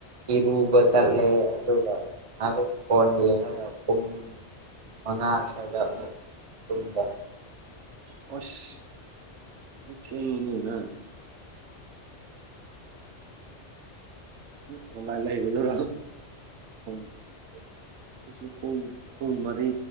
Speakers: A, on the right; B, on the right.
A: ꯏꯔꯨꯕ ꯆꯠꯂꯦ ꯑꯗꯨꯒ ꯑꯗꯣ ꯐꯣꯟ ꯌꯦꯡꯉꯒ ꯄꯨꯡ ꯃꯉꯥ ꯁ꯭ꯋꯥꯏꯗ ꯑꯃꯨꯛ ꯇꯨꯝꯕ
B: ꯑꯁ ꯀꯃꯥꯏ ꯂꯩꯕꯗꯨꯔꯣ ꯑꯩꯁꯨ ꯄꯨꯡ ꯄꯨꯡ ꯃꯔꯤ